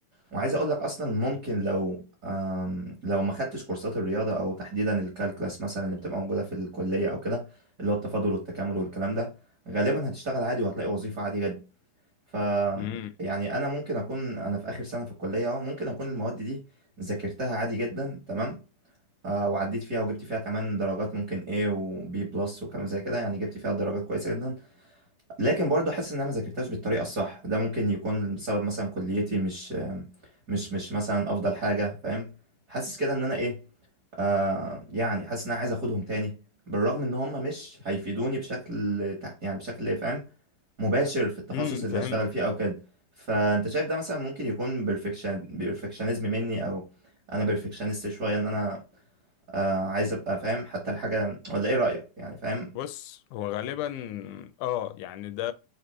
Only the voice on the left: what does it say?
امم
امم
فهمت
بص هو غالبا اه يعني ده